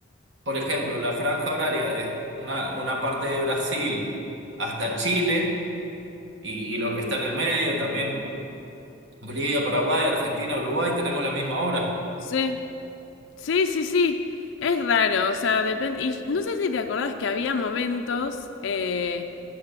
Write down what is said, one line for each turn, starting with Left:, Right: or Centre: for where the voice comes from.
Right: por ejemplo, la franja horaria de una, una parte de Brasil hasta Chile y, y lo que está en el medio también Bolivia, Paraguay, Argentina, Uruguay, tenemos la misma hora.
Left: Sí, sí, sí, sí. Es raro, o sea, depende. Y no sé si te acordás que había momentos eh,